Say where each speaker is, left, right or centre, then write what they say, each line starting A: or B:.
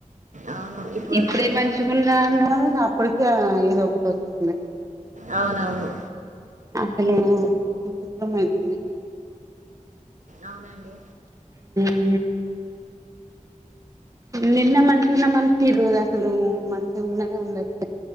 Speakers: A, on the right; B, on the right.
A: అవును ఇప్పుడున్న
B: ఇప్పుడే
A: రేపొద్దుగాల
B: మంచిగా ఉన్నా అన్నారు అప్పటికే ఏద ఒకటి వస్తుంది
A: అవునవును
B: హలోంది
A: అవునండి
B: ఉ నిన్న మంచిగా ఉన్న ఈరోజు అసలు మంచిగా ఉన్ననే ఉండదు